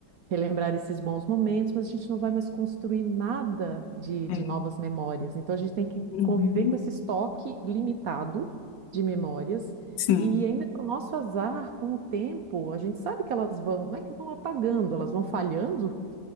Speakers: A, on the right; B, on the left.
A: relembrar esses bons momentos, mas a gente não vai mais construir nada de, de
B: É.
A: novas memórias. Então a gente tem que
B: Uhum,
A: conviver com esse estoque limitado de memórias.
B: sim.
A: E ainda para o nosso azar, com o tempo, a gente sabe que elas vão, não é que vão apagando, elas vão falhando.